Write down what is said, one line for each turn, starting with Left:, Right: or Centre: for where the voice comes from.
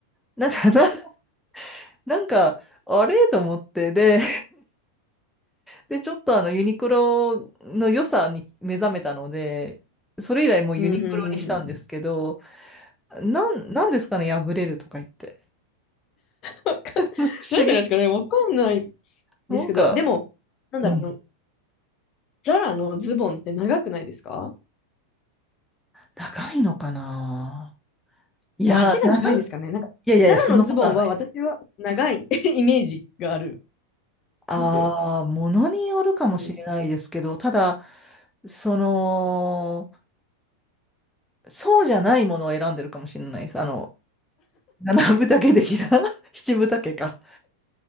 Centre: なんか、な、<laughs> なんか、あれと思って、で、で、ちょっとあの、ユニクロの良さに目覚めたので、それ以来もうユニクロにしたんですけど、
Left: うん、うん、うん。うん
Centre: なん、なんですかね、破れるとか言って。
Left: わか
Centre: <laughs>
Left: <laughs>
Centre: 不思議。
Left: なんでなんですかね、わかんない
Centre: なんか、
Left: ですけど、でも、なんだろう、
Centre: うん、
Left: あのザラのズボンって長くないですか
Centre: 高いのかないや、
Left: え、足が長いんですかね。
Centre: 長い、
Left: なんか、
Centre: いやいやいや、
Left: ザラのズボンは私は長い
Centre: そんなことはない。
Left: <laughs> イメージがある
Centre: ああ、
Left: んですよ。
Centre: ものによるかもしれないですけど、
Left: うん。
Centre: ただ、その、そうじゃないものを選んでるかもしれないです。あの、七分丈的な <laughs> 七分丈か。